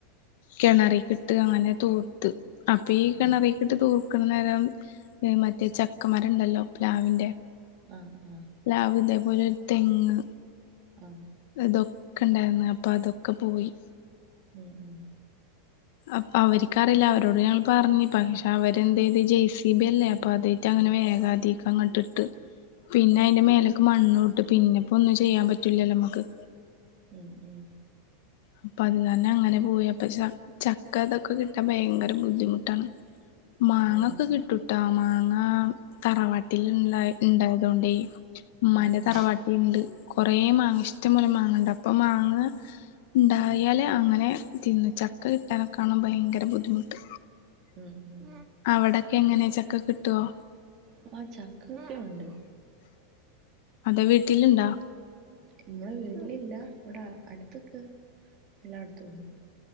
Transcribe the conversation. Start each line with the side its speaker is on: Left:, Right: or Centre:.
Left: കിണറീക്കിട്ട് ട്ട് അങ്ങനെ തൂർത്ത് അപ്പം ഈ കെണറീക്കിട്ട്
Right: ആഹ് ആഹ്
Left: തൂർ ക്കുന്നേരം മറ്റേ ചക്കമരണ്ടല്ലോ പ്ലാവിന്റെ
Right: ആഹ് ആഹ്
Left: പ്ലാവ് ഇതേപോലെ ഒരു തെങ്ങ്
Right: ആഹ്
Left: ഇതൊക്കെ ഇണ്ടായിരുന്നു അപ്പം അതൊക്കെ പോയി
Right: ഉം ഉം
Left: അപ്പം അവർക്കറീല്ല അവരോട് ഞങ്ങൾ പറഞ്ഞ് പക്ഷെ അവരെന്തെയ്ത് ജെ സി ബി അല്ലേ അപ്പ അത് റ്റങ്ങനെ വേഗാതിക്കങ്ങട്ടിട്ട് പിന്നെ അയ്ന്റെ മേലെക്ക് മണ്ണൂട്ട് പിന്നെപ്പൊന്നും ചെയ്യാൻ പറ്റൂലല്ലോ മ്മക്ക്
Right: ഉം ഉം
Left: അപ്പൊ അത് കാരണം അങ്ങനെ പോയി അപ്പ ച ചക്ക ഇതൊക്കെ കിട്ടാൻ ഭയങ്കര ബുദ്ധിമുട്ടാണ് മാങ്ങ
Right: ആണോ
Left: ഒക്കെ കിട്ടൂട്ടാ മാങ്ങ തറവാട്ടിൽ ലുന്ന ഉണ്ടായത കൊണ്ടേ ഉമ്മാന്റെ
Right: ആഹ് ആഹ്
Left: തറവാ ണ്ട് കൊറേ മാങ്ങ ഇഷ്ടം പോലെ മാങ്ങണ്ട് അപ്പൊ മാങ്ങ ഉണ്ടായാല് അങ്ങനെ തിന്ന് ചക്ക കിട്ടാനൊക്കെയാണ് ഭയങ്കര ബുദ്ധിമുട്ട്
Right: ഉം ഉം
Left: അവിടൊക്കെ എങ്ങനെയ ചക്ക കിട്ടുവോ
Right: ആഹ് ചക്ക ഒക്കെ ഉണ്ട്
Left: അതെ വീട്ടിലുണ്ടോ
Right: നമ്മടെ വീട്ടിലില്ല ഇവിടെ അടുത്തൊക്ക എല്ലായിടത്തും ഉണ്ട്